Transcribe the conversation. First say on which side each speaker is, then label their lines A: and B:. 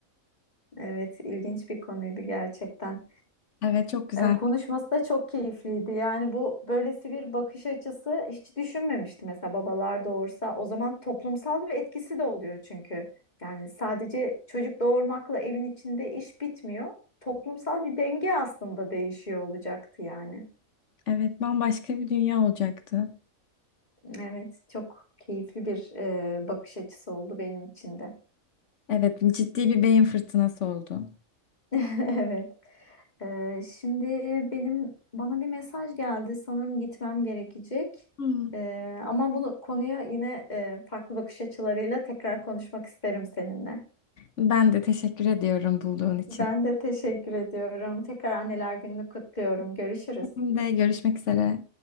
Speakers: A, on the left (about 30°); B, on the left (about 60°).
A: Evet, ilginç bir konuydu gerçekten.
B: Evet, çok güzel.
A: E, Konuşması da çok keyifliydi. Yani bu böylesi bir bakış açısı hiç düşünmemiştim mesela babalar doğursa. O zaman toplumsal bir etkisi de oluyor çünkü. Yani sadece çocuk doğurmakla evin içinde iş bitmiyor. Toplumsal bir denge aslında değişiyor olacaktı yani.
B: Evet, bambaşka bir dünya olacaktı.
A: Evet, çok keyifli bir e, bakış açısı oldu benim için de.
B: Evet, ciddi bir beyin fırtınası oldu.
A: <laughs> Evet. Ee, şimdi benim bana bir mesaj geldi. Sanırım gitmem gerekecek.
B: Hmm.
A: Ee, ama bunu konuya yine e, farklı bakış açılarıyla tekrar konuşmak isterim seninle.
B: Ben de teşekkür ediyorum bulduğun için.
A: Ben de teşekkür ediyorum. Tekrar Anneler Günü'nü kutluyorum. Görüşürüz.
B: Benim De görüşmek üzere.